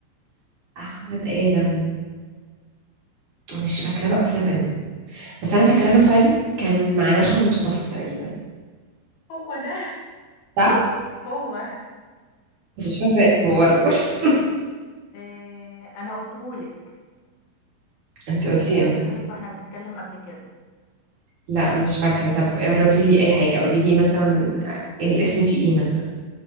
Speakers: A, on the right; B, on the left.
A: احمد ادم مش فاكرة له افلام قوي بس انا فاكرة له فيلم كان مع نشوى مصطفى تقريبا
B: هو ده
A: صح
B: <laughs> هو
A: بس مش فاكرة اسمه برضه <laughs>
B: إيه انا قلتهولك
A: انت قلتي امتى
B: قلتهولك واحنا بنتكلم قبل كده
A: لا مش فاكرة طب قربي لي اي حاجة قولي لي مثلا آه، الاسم فيه ايه مثلا